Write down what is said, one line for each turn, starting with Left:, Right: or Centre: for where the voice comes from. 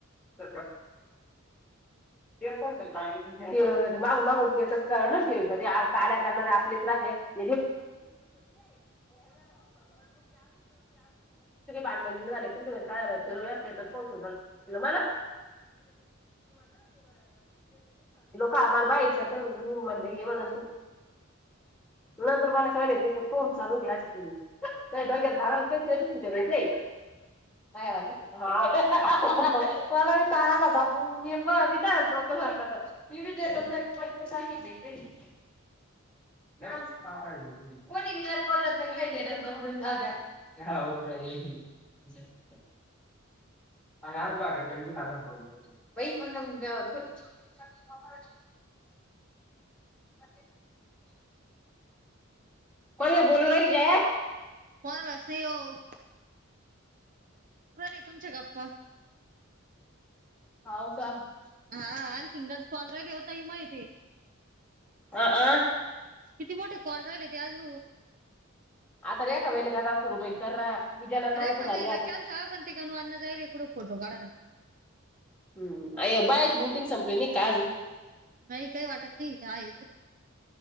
Centre: <unintelligible> ग माग माग ते नसे ते काड्या करणारे आपलेच राहत्यात <unintelligible> <inaudible> भांड घे झाले तुमच्या ठिरवले अस <unintelligible> <unintelligible> लोक मला बाईच ते म्हण म म्हण हे म्हण नंतर मला कळलं <inaudible> त्या <unintelligible> <unintelligible> <unintelligible> कोण <unintelligible> <unintelligible> <unintelligible> कोण ला बोलू रहिच <inaudible>
Right: <unintelligible> <inaudible> तुमच्या गप्पा
Centre: <unintelligible>
Right: हा आ <inaudible> कॉल <inaudible> माहिती
Centre: अ आ
Right: किती मोठे कॉल राहिले ते आज
Centre: आता रे का बेल क सुरू बै करा. पूजाला आणि मला
Right: रेखा
Centre: तू घाली
Right: बाईला
Centre: आता
Right: केलता पण ते गणु अण्णा जायली कुठं फोटो काढायला.
Centre: हम्म बाय मिटिंग संपली नाय का अजून.
Right: नाही काही वाटत नाही आहे,